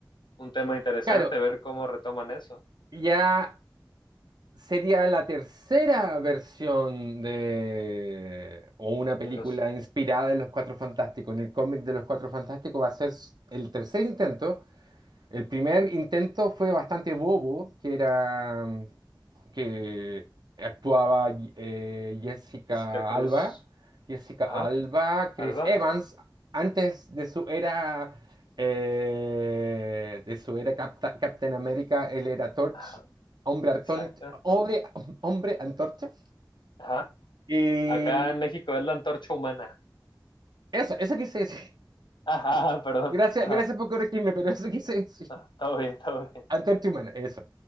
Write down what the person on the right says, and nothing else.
Claro,
ya sería la tercera versión de, o una película
inspirada en Los Cuatro Fantásticos, en el cómic de Los Cuatro Fantásticos, va a ser s- el tercer intento el primer intento fue bastante bobo, que era mm, que actuaba eh, Jessica
Alba, Jessica
Alba, Chris
Evans,
antes de su era eh, de su era Capta- Captain America, él era Torch,
hombre, arton-
hombre, hombre antorcha.
Y
eso, eso quise decir.
Gracias,
gracias por corregirme, pero eso quise decir.
Antorcha Humana, eso.